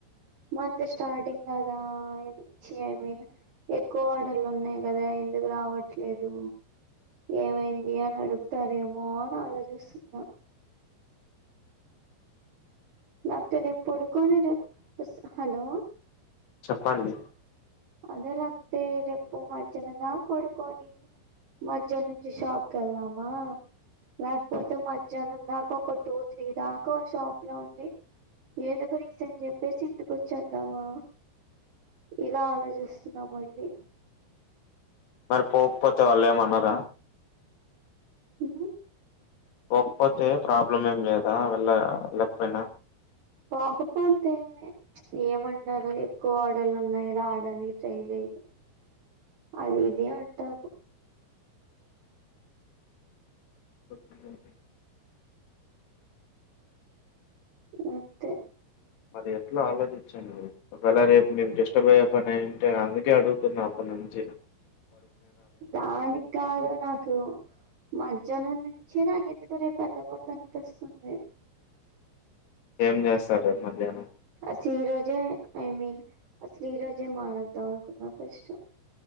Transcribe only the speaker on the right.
మంత్ స్టార్టింగ్ కదా ఇచ్చి ఐ మీన్ ఎక్కువ ఆర్డర్లు ఉన్నాయి కదా ఎందుకు రావట్లేదు ఏమైంది అని అడుగుతారేమో అని ఆలోచిస్తున్నా నాత్ రేప్ పడుకోని రేప్ స్ హలో
అదే లేకపోతే రేపు మధ్యానం దాకా పడుకొని మధ్యాం నుంచి షాప్కేళ్దామా లేకపోతే
మధ్యాహ్నం దాకాఓక్ ఒక టూ త్రీ దాకా షాప్ లో ఉండి ఏదో ఒక రీసెంన్ చెప్పేసి ఇంటికి వచ్చేద్దామా ఇలా ఆలో చిస్తున్నా మళ్ళీ
ఉమ్
పోకపోతే ఏమంటారు ఎక్కువ ఆర్డర్లు ఉన్నాయి రావడానికి ట్రై చెయి అది ఇది అంటారు
అంతే
దానికాదు నాక్ కు మధ్యాహనం నుంచి నాకెందుకో రేపు వెళ్ళకూడదు అనిపిస్తుంది
అసలు ఈ రోజే ఐ మీన్ అసలు ఈ రోజే మానద్దాం అనుకున్నా ఫస్ట్